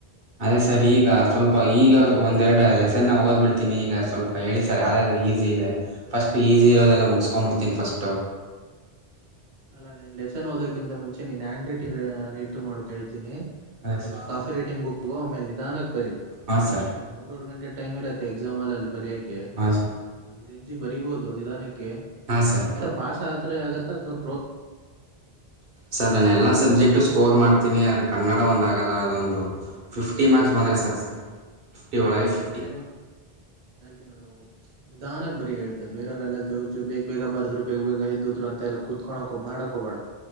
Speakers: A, on the right; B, on the right.
A: ಅದೇ ಸರ್ ಈಗ ಸ್ವಲ್ಪ ಈಗ ಒಂದೆರಡು ಅಲ್ಲೇ ಸರ್ ನಾ ಓದ್ಡ್ತೀನಿ ಈಗ ಸ್ವಲ್ಪ ಹೇಳಿ ಸರ್ ಯದದು ಈಸಿ ಇದೆ ಫಸ್ಟ್ ಈಸಿ ಇರೋದೆಲ್ಲ ಮುಗಸ್ಕೊಂಡ್ಬಡ್ತೀವಿ ತಿನ್ಫಷ್ಟಟ
B: ಅಲ್ಲಾ ನೀನ್ ಲೆಸನ್ ಓದಕ್ಕಿಂತ ಮುಂಚೆ ನೀನ್ ಹ್ಯಾಂಡ್ ರೈಟಿಂಗ್ ಮಾಡ್ಕ ಹೇಳ್ತೀನಿ
A: ಅದೇ
B: ಒಂದು
A: ಸರ್
B: ಕಾಫಿ ರೈಟಿಂಗ್ ಬುಕ್ ಆಮೇಲೆ ನಿಧಾನಕ್ಕೆ ಬರರಿ
A: ಹಾಂ ಸರ್
B: ಅಲ್ಲಿ ನೀ ಮೂರವರ್ ಗಂಟೆ ಟೈಮ್ ಇರತ್ತೆ ಎಕ್ಸಾಮ್ಲ್ಲಿ ಅಲ್ಲಿ ಬರೆಯಕೆ
A: ಹಾಂ ಸರ್
B: ಒಂದ್ರ ಇಂಚಿ ಬರಿಬೋದು ನಿಧಾನಕ್ಕೆ
A: ಹಾಂ
B: ಹಂಗಗೆಂತ
A: ಸರ್
B: ಪಾಸ್ ಆದ್ರೆ ಆಗತ್ತ ಅಂದ ಕ್ರ
A: ಸರ್ ನಾನು ಎಲ್ಲಾ ಸಬ್ಜೆಕ್ಟ ಸ್ಕೋರ್ ಮಾಡ್ತೀನಿ ಆದ್ರೆ ಕನ್ನಡ ಒಂದ ಆಗಲ್ಲ ಅದೊಂದು ಫಿಫ್ಟ ಫಿಫ್ಟಿ ಮಾರ್ಕ್ಸ್ ಬಂದರೆ ಸಾಕು ಸರ್ ಫಿಫ್ಟಿ ಒಳಗೆ ಫಿಫ್ಟಿ
B: ನಾಳ್ತಿ ನೋಡು ನಿಧಾನಕ್ ಬರಿ ಹೇಳ್ತೆ ಬೇರರೆಲ್ಲ ಜೋಜ ಬೇಗ ಬೇಗ ಬರ್ರು ಬೇಗ ಬೇಗ ಎದ್ ಅಂತ ಎಲ್ಲ ಕುತ್ಕೋಳಕ ಮಾಡಕೋ ಬೇಡ